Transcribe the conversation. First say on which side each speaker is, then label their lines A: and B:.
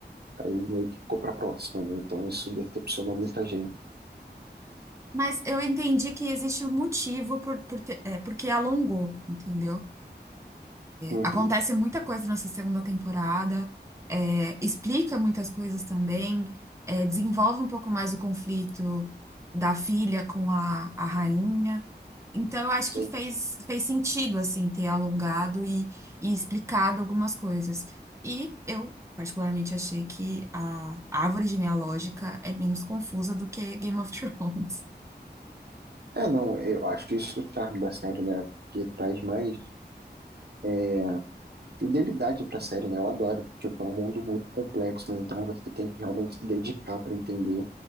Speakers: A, on the right; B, on the right.
A: Aí meio que ficou pra próxima, né? Então isso decepcionou muita gente.
B: Mas eu entendi que existe um motivo por, por ter- é, porque alongou, entendeu?
A: Uhum,
B: Acontece muita coisa nessa segunda temporada, é, explica muitas coisas também, é, desenvolve um pouco mais o conflito da filha com a, a rainha. Então, eu acho
A: sim.
B: que fez, fez sentido, assim, ter alongado e, e explicado algumas coisas. E eu, particularmente, achei que a árvore genealógica é menos confusa do que Game of <laughs> Thrones.
A: É, não, eu acho que isso é o charme da série, né? Que traz mais é, fidelidade pra série, né? Eu adoro. Tipo, é um mundo muito complexo, né? Então você tem que realmente se dedicar pra entender